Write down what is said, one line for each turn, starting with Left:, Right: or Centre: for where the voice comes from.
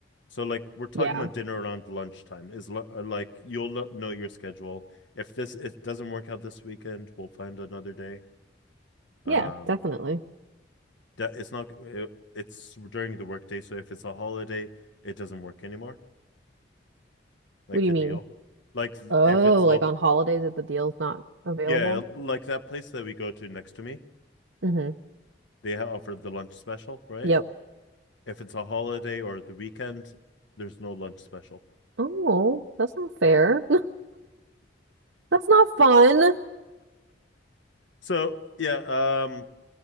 Left: So like we're talking
Right: Yeah.
Left: about dinner around lunchtime is lu- uh, like you'll lo- know your schedule. If this it doesn't work out this weekend, we'll find another day. Um,
Right: Yeah, definitely.
Left: that it's not it, it's during the workday, so if it's a holiday, it doesn't work anymore. Like
Right: What do
Left: the
Right: you mean?
Left: deal, like th-
Right: Oh,
Left: if it's all
Right: like on holidays that the deal's not available?
Left: yeah, like that place that we go to next to me,
Right: Mm-hmm.
Left: they ha- offer the lunch special, right?
Right: Yep.
Left: If it's a holiday or the weekend, there's no lunch special. <laughs>
Right: Oh, that's not fair. <laughs> That's not fun.
Left: So yeah, um,